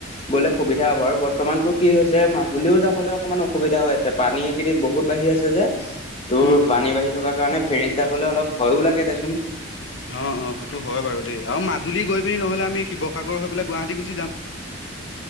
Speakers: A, on the left (about 30°); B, on the left (about 60°).
A: গ'লে সুবিধা হ'ব আৰু। বৰ্তমানতো কি হৈছে মাজুলীও যাবলৈ অকমান অসুবিধা হৈ আছে পানী এইকেইদিন বহুত বাঢ়ি আছে যে। তোৰ
B: উম। উম
A: পানী বাঢ়ি থকাৰ কাৰণে ফেৰীত যাবলৈ অলপ ভয়ো লাগে দেচোন।
B: অ অ সেইটো হয় বাৰু দেই আৰু মাজুলী গৈ পিনি নহ'লে আমি শিৱসাগৰ হৈ গুৱাহাটী গুচি যাম।